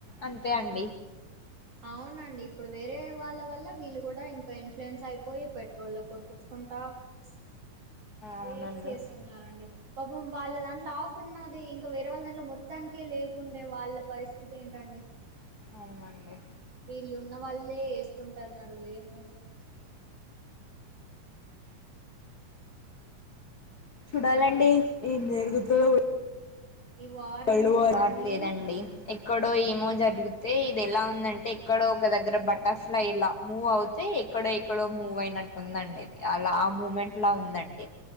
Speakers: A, on the left; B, on the right.
A: అంతే అండి.
B: అవునండి ఇప్పుడు వేరే వాళ్ళ వల్ల వీళ్ళు కూడా ఇంకా ఇన్ఫ్లుయెన్స్ అయిపోయి పెట్రోల్ కొట్టించుకుంటా ప్చ్
A: అవునండి
B: వేస్ చేస్తున్నారండి పాపం వాళ్ళ దాంట్లో ఆఫ్ ఉన్నదీ ఇంక వేరే వాళ్ళ దాంట్లో మొత్తానికే లేకుండే వాళ్ళ పరిస్థితి ఏంటండి.
A: అవునండి.
B: వీళ్ళు ఉన్న వాళ్ళే ఏసుకంటన్నారు ఏసుకుంటున్నారు. అసలు
A: చూడాలండీ
B: వార్
A: ఏం జరుగుతు తో
B: ఈ వారేమో
A: రైళ్ళు కూడ రాట్లేదండి
B: కానీ
A: ఎక్ ఎక్కడో ఏమో జరుగుతే ఇది ఎలా ఉందంటే ఎక్కడో ఒక దగ్గర బటర్ఫ్లైలా మూవ్ అవుతే ఇక్కడె ఎక్కడో. మూవ్ అయినట్టుందండి ఇది. అలా ఆ మూమెంట్ లా ఉందండి.